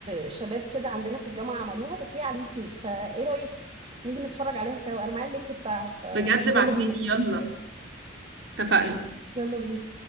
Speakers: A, on the right (about 30°); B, on the right (about 65°).
A: شباب كده عندنا في الجامعة عملوها بس هي على اليوتيوب فايه رأيك نيجي نتفرج عليها سوا انا معايا اللينك بتاعها
B: بجد
A: فيلا
B: بعتيلي
A: بينا
B: يلا اتفقنا
A: يلا بينا